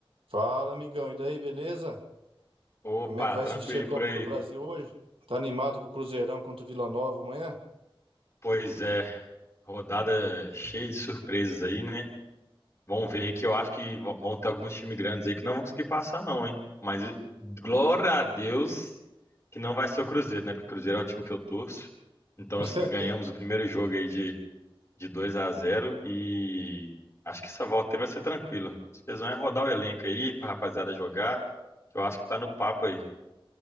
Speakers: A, on the right; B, on the left.
A: Fala, amigão. E daí, beleza?
B: Opa,
A: Como é que vai
B: tranquilo
A: assistir a Copa
B: e por aí.
A: do Brasil hoje? Tá animado com o Cruzeirão contra o Vila Nova amanhã?
B: Pois é, rodada cheia de surpresas aí, né? Vamos ver aí que eu acho que vão vão ter alguns times grandes aí que não vão conseguir passar, não, hein? Mas glória a Deus que não vai ser o Cruzeiro, né? Porque o Cruzeiro é o time que eu torço. Então,
A: <laughs>
B: assim, ganhamos o primeiro jogo aí de, de 2 a zero e acho que essa volta aí vai ser tranquila. Vocês vão é rodar o elenco aí pra rapaziada jogar, que eu acho que tá no papo aí.